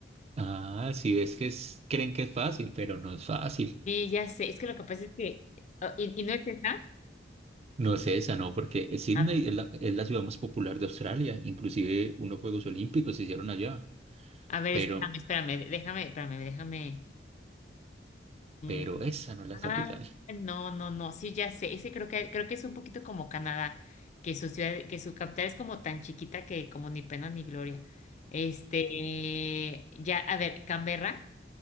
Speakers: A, on the right (about 35°); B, on the left (about 40°).
A: Ah, sí, es que es- creen que es fácil, pero no es fácil.
B: Sí, ya sé, es que lo que pasa es que, oh, ¿y, y no es esa?
A: No es esa, ¿no? Porque Sydney
B: A ver,
A: es la, es la ciudad más popular de Australia. Inclusive unos Juegos Olímpicos se hicieron allá.
B: a ver,
A: Pero,
B: espérame, espérame, déjame, espérame, déjame.
A: pero
B: mm,
A: esa no es la
B: Ah,
A: capital.
B: no, no, no, sí, ya sé. Ese creo que creo que es un poquito como Canadá, que su ciudad, que su capital es como tan chiquita que como ni pena ni gloria. Este, ya, a ver, Canberra.